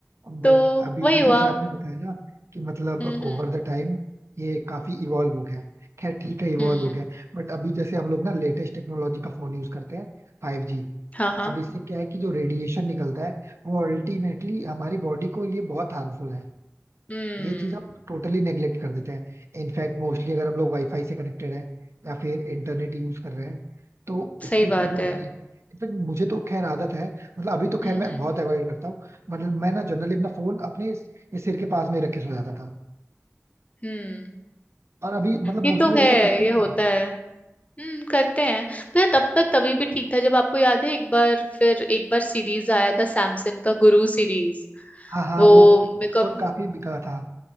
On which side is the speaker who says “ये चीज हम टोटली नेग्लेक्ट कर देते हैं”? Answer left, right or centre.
Right